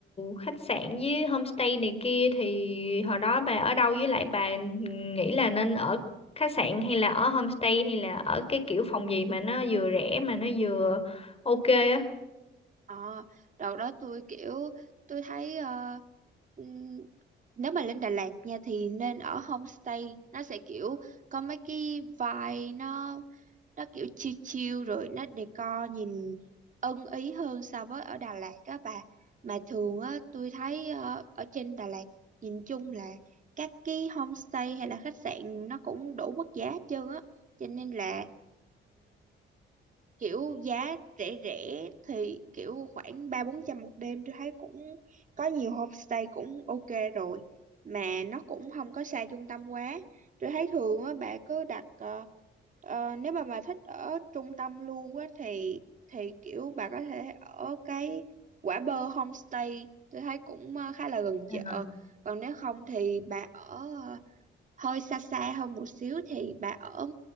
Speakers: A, on the left; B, on the right.
A: khách sạn với homestay này kia thì hồi đó bà ở đâu với lại bà nghĩ là nên ở khách sạn hay là ở homestay hay là ở cái kiểu phòng gì mà nó vừa rẻ mà nó vừa ok á
B: ờ đợt đó tôi kiểu tôi thấy ờ, ừm, nếu mà lên Đà Lạt nha thì nên ở homestay nó sẽ kiểu có mấy cái vibe nó nó kiểu chill chill rồi nó decor nhìn ưng ý hơn so với ở Đà Lạt á bà mà thường á tôi thấy ờ, ở trên Đà Lạt nhìn chung là các cái homestay hay là khách sạn nó cũng đủ mức giá hết trơn á cho nên là kiểu giá rẻ rẻ thì kiểu khoảng ba bốn trăm một đêm tôi thấy cũng có nhiều homestay cũng ok rồi mà nó cũng không có xa trung tâm quá tôi thấy thường á bà cứ đặt ờ, ờ, nếu mà bà thích ở trung tâm luôn á thì thì kiểu bà có thể ở cái Quả Bơ homestay tôi thấy cũng ờ, khá là gần chợ
A: À.
B: còn nếu không thì bà ở ờ, hơi xa xa hơn một xíu thì bà ở